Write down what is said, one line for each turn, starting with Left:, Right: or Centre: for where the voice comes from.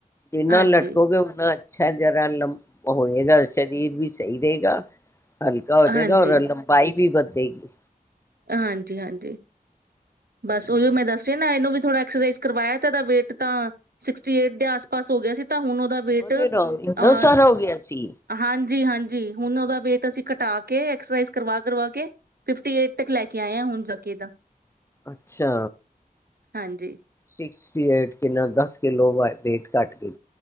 Left: ਜਿੰਨਾ
Right: ਹਾਂਜੀ,
Left: ਲਟਕੋਗੇ ਨਾ ਉਨ੍ਹਾ ਅੱਛਾ ਜਰਾ ਲਮ ਹੋਏਗਾ ਸਰੀਰ ਵੀ ਸਹੀ ਰਏ ਗਾ। ਹਲਕਾ ਹੋ
Right: ਹਾਂਜੀ,
Left: ਜਾਏਗਾ ਔਰ ਲੰਬਾਈ ਵੀ ਵੱਧੇਗੀ।
Right: ਹਾਂਜੀ-ਹਾਂਜੀ ਬਸ
Left: ਹਾਂ
Right: ਉਹੀਓ ਮੈਂ ਦੱਸ ਰੀ ਨਾ ਇਹਨੂੰ ਵੀ ਥੋੜਾ ਐਕਸਰਸਾਈਜ਼ ਕਰਵਾਇਆ ਤੇ ਇਹਦਾ ਵੇਟ ਤਾਂ ਸਿਕਸਟੀ ਏਟ ਦੇ ਆਸ-ਪਾਸ ਹੋ ਗਿਆ ਸੀ। ਤਾਂ ਹੁਣ ਉਹਦਾ ਬੇਟ
Left: ਅਰੇ
Right: ਅਹ
Left: ਰਾਮ ਇੰਨਾ ਸਾਰਾ ਹੋ ਗਿਆ ਸੀ
Right: ਹਾਂਜੀ-ਹਾਂਜੀ ਹੁਣ ਉਹਦਾ ਵੇਟ ਅਸੀਂ ਘਟਾ ਕੇ ਐਕਸਰਸਾਈਜ਼ ਕਰਵਾ-ਕਰਵਾ ਕੇ ਫਿਫਟੀ ਏਟ ਤੱਕ ਲੈਕੇ ਆਏ ਹਾਂ ਹੁਣ ਜਾਕੇ ਇਹਦਾ।
Left: ਅੱਛਾ
Right: ਹਾਂਜੀ।
Left: ਸਿਕਸਟੀ ਏਟ ਕਿੰਨਾ ਦੱਸ ਕਿਲੋ ਵੇਟ ਘੱਟ ਕੀ